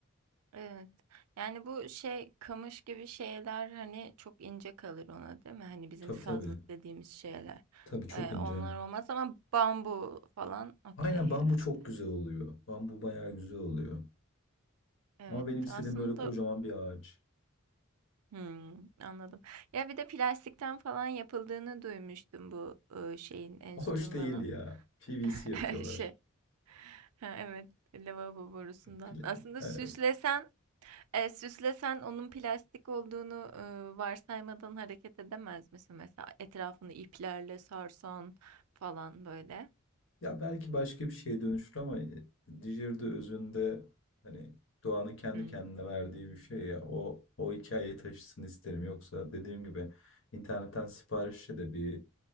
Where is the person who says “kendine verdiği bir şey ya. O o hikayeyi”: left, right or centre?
Left